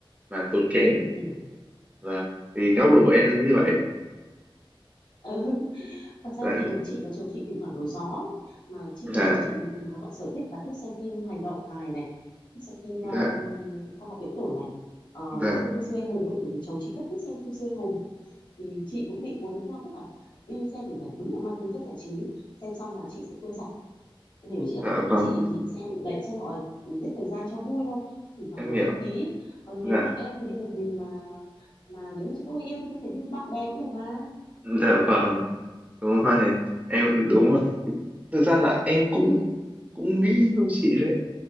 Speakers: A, on the right; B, on the left.
A: và tốn kém.
B: ừ
A: Dạ, thì góc độ của em là như
B: ừ
A: vậy.
B: Ừ, <laughs> thật
A: Dạ,
B: ra thì chị và chồng chị thỉnh thoảng đổi gió ấy. mà chị và
A: dạ,
B: chồng chị thì cùng có loại sở thích là thích xem phim hành động hài này thích xem phim um,
A: dạ,
B: khoa học viễn tưởng này ờ,
A: dạ,
B: thích xem phim siêu anh hùng ấy, bởi vì chồng chị rất thích xem phim siêu anh hùng thì chị cũng bị cuốn theo tức là đi xem để giải đúng là mang tính chất giải trí xem xong là chị sẽ quên sạch em hiểu ý chị không
A: dạ vâng,
B: chị thì xem để xem mọi giết thời gian cho vui thôi thỉnh thoảng
A: em
B: đổi
A: hiểu.
B: không khí còn
A: Dạ,
B: nếu mà em mà đi một mình mà mà nếu mà chưa có người yêu thì có thể đi với bạn bè cũng được mà
A: dạ vâng, đúng rồi, em đúng rồi. Thực ra là em cũng cũng nghĩ như chị đấy,